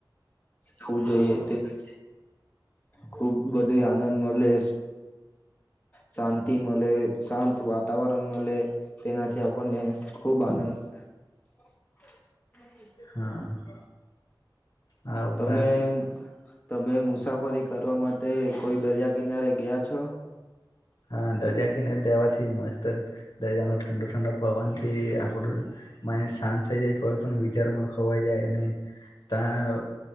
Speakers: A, on the left (about 20°); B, on the left (about 60°).
A: જવું જોઈએ તેનાથી ખુબ બધુંયે આનંદ મલે શાંતિ મલે, શાંત વા તાવરણ મલે તેનાથી આપણને ખૂબ આનંદ <inaudible>
B: હા. આ ઉપરાંત
A: તમે તમે મુસાફરી કરવા માટે કોઈ દરિયા કિનારે ગયા છો?
B: હા, દરિયા કિનારે દવાથી મસ્તન દરિયાનો ઠંડો ઠંડો પવનથી આપણું માઇન્ડ શાંત થઈ જાય કોઈ પણ વિચારમાં ખોવાઈ જાય અને ત્આ